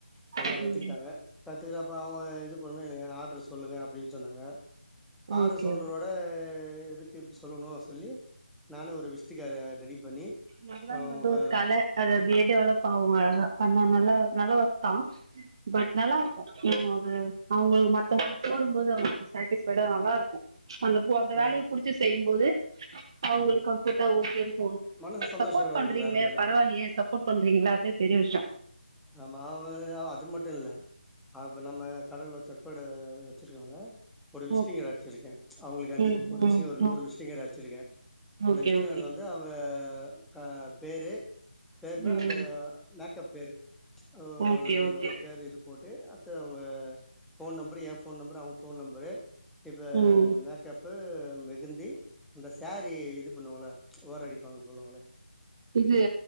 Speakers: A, in the centre; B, on the right.
A: எல்லா
B: ம்
A: கத்துக்கிட்டாங்க
B: ம்
A: கத் துட்டு அப்ற அவங்க இது பொறுமையா எனக்கு ஆர்டர் சொல்லுங்க அப்டின் சொன்னாங்க ஆடர்
B: ஓகே
A: சொல்றதோட
B: ஓகே
A: ப்ப எதுக் கு சொல்லணு சொல்லி நானு ஒரு விஷ்ட் காடு ரெடி பண்ணி
B: மருதானி
A: அவங்க
B: வந்து ஒரு கல அது அப்டியே டெவலப் ஆகு அழகா பண்ண நல்ல நல்ல வொர்க்தா பட் நல்லாருக்கு ம் அது அவங்ளுக்கு மத்தவங்களுக்கு போடும்போது அவங்களுக்கு சேட்டிஸ்ஃபைடா நல்லாருக்கு அந்த பு அந்த
A: ஆ
B: வேலய புடிச்சு செய்யும்போது அவங்களுக்கு
A: ஆமா
B: கம்ஃபோர்ட்டா ஓகேன் தோணு
A: மனசு சந்தோஷ
B: சப்போர்ட்
A: அவங்களுக்கு
B: பண்றிங்ளே
A: வேற ஒன்னு இல்ல
B: பரவாலியே சப்போர்ட் பண்றிங்கள அதுவே பெரிய விஷய
A: ஆமா அவங்க அது மட்டு இல்ல அப்ப நம்ம கடல வெச்ச கட வெச்சிருக்காங்ள ஒரு விசிட்டிங்
B: ஓகே
A: கார்டு அடிச்சிருக்கே அவங்களுக்காண்டி
B: ம்
A: ஒரு
B: ம்
A: விசிட்டிங் ஒரு நூறு
B: ம்
A: விசிட்டிங் கார்டு அடிச்சிருக்கே அந்த
B: ஓகே
A: விஷ்டிங்காடு
B: ஓகே
A: வந்து அவங்க க க பேரு பேர்னா
B: ம்
A: அந்த மேக்கப் பேரு ஓ அவளோட
B: ஓகே ஓகே
A: ஒரு பேரு இது போட்டு அத அவங்க போன் நம்பரு ஏ போன் நம்பரு அவங்க போன் நம்பரு இப்போ
B: ம்
A: மேக்கப்பு மெஹந்தி இந்த சேஃரி இது பண்ணுவோம்ல ஓர அடிப்போ சொல்லுவாங்கள
B: இது